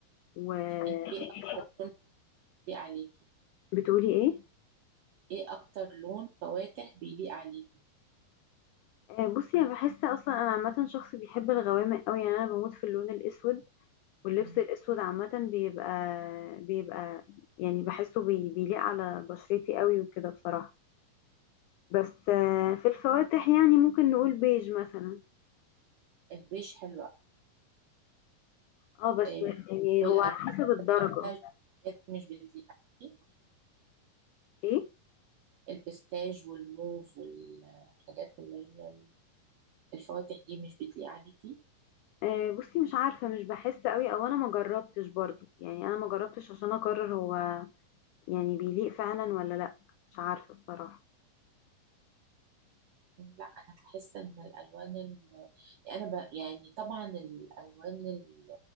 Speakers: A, on the left; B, on the right.
A: وبتقولي
B: ايه اكتر لون بيليق عليكي
A: ايه
B: ايه اكتر لون فواتح بيليق عليكي
A: آه، بصي انا بحس اصلا انا عامة شخص بيحب الغوامق قوي يعني انا بموت في اللون الاسود واللبس
B: مم.
A: الاسود عامة بيبقى بيبقى يعني بحسه بي بيليق على بشرتي قوي وكده بصراحة بس آه، في الفواتح يعني ممكن نقول بيج مثلا
B: البيج حلو أوي.
A: اه بس
B: إيه
A: يعني
B: والألوان
A: هو على حسب الدرجة
B: الحاجات دي مش بتليق عليكي
A: ايه
B: البستاج والموف والحاجات اللي هي الفواتح دي مش بتليق عليكي
A: آه بصي مش عارفة مش بحس قوي او انا ما جربتش برضو يعني انا ما جربتش عشان اقرر هو يعني بيليق فعلا ولا لا مش عارفة بصراحة
B: لا انا بحس ان الالوان ال... يعني انا ب... يعني طبعا الالوان ال...